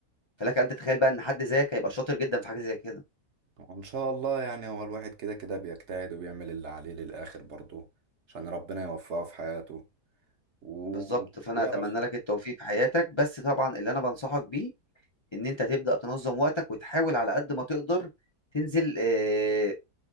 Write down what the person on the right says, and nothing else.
وان شاء الله يعني هو الواحد كده كده بيجتهد وبيعمل اللي عليه للاخر برضه عشان ربنا يوفقه في حياته و...
ويعرف